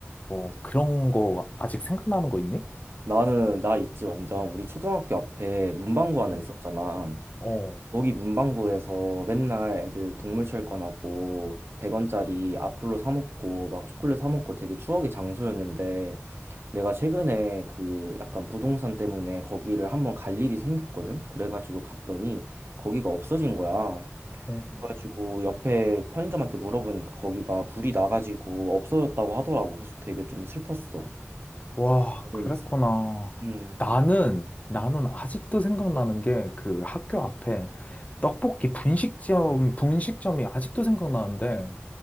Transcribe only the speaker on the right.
나는 나 있지 완전 우리 초등학교 앞에 문방구 하나
있었잖아.
여기 문방구에서 맨날 애들 동물 철권하고 100원짜리 아폴로 사 먹고 막 초콜릿 사 먹고 되게 추억의 장소였는데 내가 최근에 그 약간 부동산 때문에 거기를 한번 갈 일이 생겼거든? 그래가지고 갔더니 거기가 없어진 거야.
그래가지고 옆에 편의점한테 물어보니까 거기가 불이 나가지고 없어졌다고 하더라고. 그래서 되게 좀 슬펐어.
여름
있어. 음,